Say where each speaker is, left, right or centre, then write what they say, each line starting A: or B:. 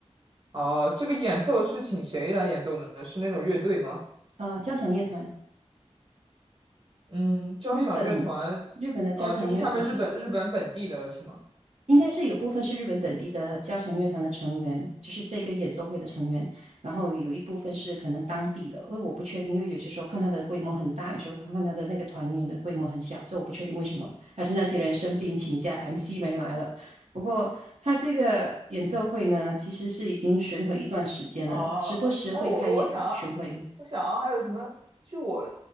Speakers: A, on the right; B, on the right.
A: 哦，这个演奏是请谁来演奏呢？是那种乐队吗？
B: 啊，交响乐团，
A: 嗯，交响乐团，
B: 日本日本的交响乐团，
A: 呃，就是他们日本日本本地的是吗？
B: 应该是有部分是日本本地的交响乐团的成员，就是这个演奏会的成员，然后有一部分是可能当地的，因为我不确定，因为有些时候看他的规模很大，有时候看他的那个团员的规模很小，所以我不确定为什么，还是那些人生病请假，MC 没来了。不过他这个演奏会呢，其实是已经巡回一段时间了，
A: 哦、
B: 时不时会开演巡回。
A: 呃，哎，我我想要，我想要还有什么？就我